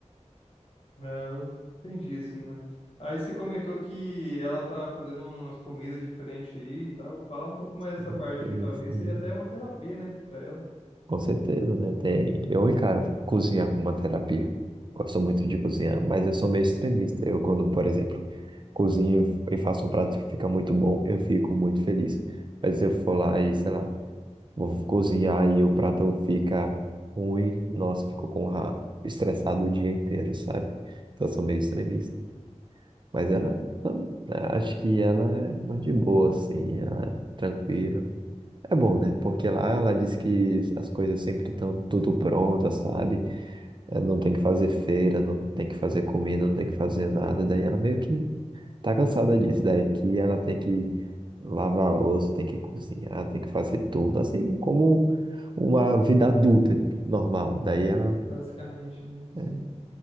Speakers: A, on the left; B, on the right.
A: Ah, entendi, assim, mas. Aí você comentou que ela tá fazendo umas comidas diferentes aí e tal. Fala um pouco
B: Sim,
A: mais dessa parte
B: sim,
A: aqui, talvez
B: sim.
A: seja até uma terapia, né, pra ela.
B: Com certeza, né? Tem... Eu encaro cozinhar como uma terapia. Gosto muito de cozinhar, mas eu sou meio extremista. Eu, quando, por exemplo, cozinho e faço um prato que fica muito bom, eu fico muito feliz. Mas se eu for lá e, sei lá, vou cozinhar e o prato fica ruim, nossa, fico com ra... estressado o dia inteiro, sabe? Então, eu sou meio extremista. Mas ela, tam- acho que ela é mais de boa, assim, ela é tranquila. É bom, né? Porque lá ela diz que as coisas sempre estão tudo prontas, sabe? É, Não tem que fazer feira, não tem que fazer comida, não tem que fazer nada. Daí ela meio que tá cansada disso. Daí que ela tem que lavar a louça, tem que cozinhar, tem que fazer tudo, assim como uma vida adulta normal. Daí ela,
A: Basicamente, né? Sim.
B: é,